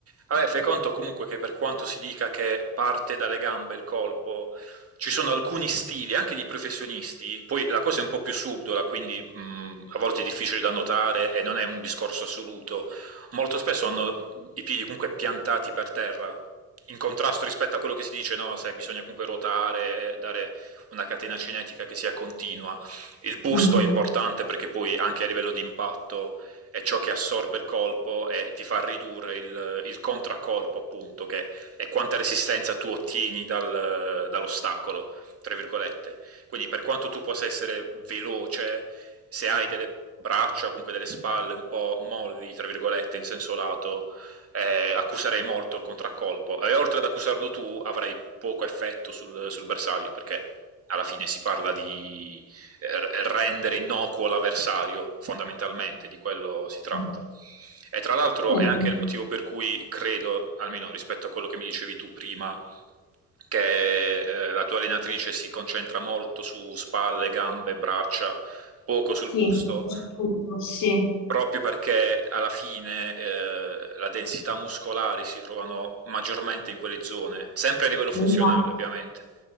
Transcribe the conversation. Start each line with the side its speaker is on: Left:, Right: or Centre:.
Right: Vabbè, fai conto comunque che per quanto si dica che parte dalle gambe il colpo, ci sono alcuni stili, anche di professionisti, poi la cosa è un po' più subdola, quindi mh, a volte è difficile da notare e non è un discorso assoluto. Molto spesso hanno i piedi comunque piantati per terra, in contrasto rispetto a quello che si dice, no, sai, bisogna comunque ruotare, dare una catena cinetica che sia continua. Il busto
Left: Mh-mh,
Right: è importante perché poi anche a livello di impatto è ciò che assorbe il colpo e ti fa ridurre il, il contraccolpo, appunto, che è quanta resistenza tu ottieni dal- dall'ostacolo, tra virgolette. Quindi per quanto tu possa essere veloce, se hai delle braccia, comunque delle spalle un po' molli, tra virgolette, in senso lato, eh, accuserei molto il contraccolpo. E oltre ad accusarlo tu, avrai poco effetto sul, sul bersaglio, perché alla fine si parla di eh, rendere innocuo l'avversario, fondamentalmente di quello si
Left: sì.
Right: tratta. E tra l'altro
Left: Vero.
Right: è anche il motivo per cui credo, almeno rispetto a quello che mi dicevi tu prima, che eh, la tua allenatrice si concentra molto su spalle, gambe, braccia, poco sul
Left: Sì,
Right: busto,
Left: su su tutto. Sì.
Right: proprio perché alla fine eh, la densità muscolare si trovano maggiormente in quelle zone, sempre a livello
Left: Sbagliato.
Right: funzionale ovviamente.